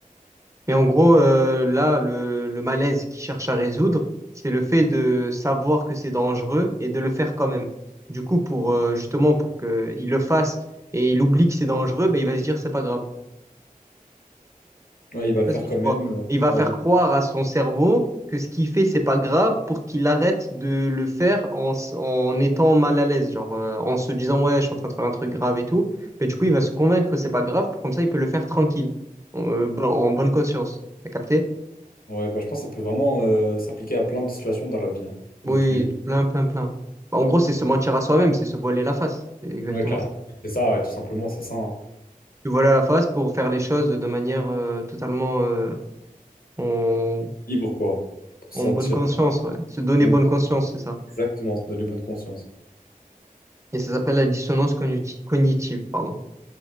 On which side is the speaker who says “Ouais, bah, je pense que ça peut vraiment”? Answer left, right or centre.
Left